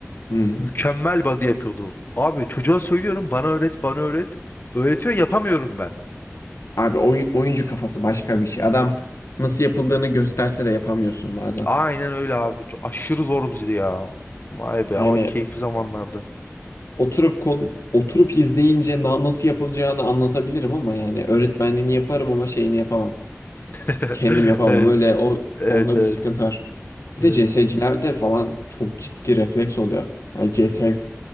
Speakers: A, on the left (about 80°); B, on the left (about 45°).
A: Hı.
B: Mükemmel body yapıyordu. Abi çocuğa söylüyorum bana öğret bana öğret. Öğretiyor yapamıyorum ben.
A: Abi oy- oyuncu kafası başka bir şey. Adam nasıl yapıldığını gösterse de yapamıyorsun bazen.
B: Aynen öyle abi. Çok aşırı zor bizdi ya. Vay be
A: Yani
B: ama keyifli zamanlardı.
A: Oturup kon oturup izleyince na- nasıl yapılacağını anlatabilirim ama yani öğretmenliğini yaparım ama şeyini yapamam.
B: <laughs>
A: Kendim yapamam.
B: Evet.
A: Öyle o
B: Evet
A: onda
B: evet.
A: bir sıkıntı var. Bir de
B: Evet.
A: CS'cilerde falan çok ciddi refleks oluyor. Yani CS